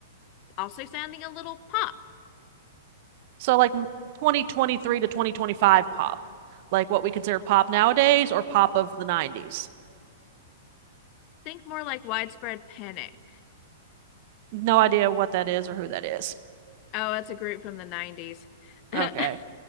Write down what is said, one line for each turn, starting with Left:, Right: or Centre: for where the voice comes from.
Left: also sounding a little pop.
Right: So like 2023 to 2025 pop, like what we consider pop nowadays or pop of the 90s.
Left: Think more like Widespread Panic.
Right: No idea what that is or who that is.
Left: Oh, that's a group from the 90s. <laughs>
Right: Okay.